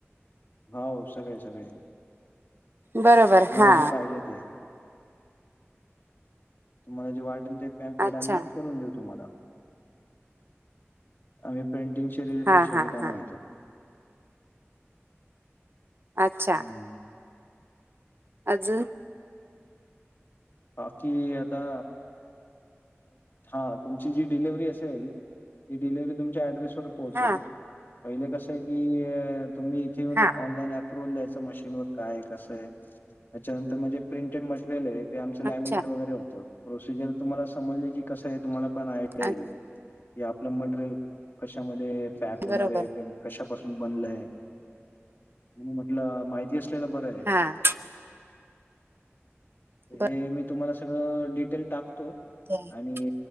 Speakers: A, on the left; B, on the right.
A: हाव सगळे सगळे
B: बरोबर
A: तुम्हाला
B: हा
A: जे पाहिजे ते. तुम्हाला जे वाटेल ते पॅम्पलेट
B: अच्छा
A: आम्ही करून देऊ तुम्हाला. आम्ही प्रिंटिंगच्या रिलेटेड
B: हा
A: सगळी
B: हा
A: कामं
B: हा
A: घेतो.
B: अच्छा.
A: हं.
B: अजून?
A: बाकी आता? हा तुमची जी डिलेव्हरी असेल, ती डिलेव्हरी तुमच्या ऍड्रेसवर पोहचेल
B: हा
A: पहिले कसंय की तुम्ही इथे
B: हा
A: ऑनलाईन ॲप प्रोन द्यायचं मशीनवर काय कसं आहे, त्याच्यानंतर म्हणजे प्रिंटेड मटेरियल आहे. ते आमचं लॅमिनेट
B: अच्छा
A: वगैरे होतं, प्रोसिजर तुम्हाला समजले की कसं आहे तुम्हाला पण आयडिया येईल.
B: अ-
A: की आपलं मटेरियल कशामध्ये पॅक होणार
B: बरोबर
A: आहे ते कशापासून बनलंय? म्हणून म्हटलं माहिती असलेलं बरं आहे.
B: हां.
A: हे
B: बर
A: मी तुम्हाला सगळं डिटेल टाकतो.
B: <unintelligible>
A: आणि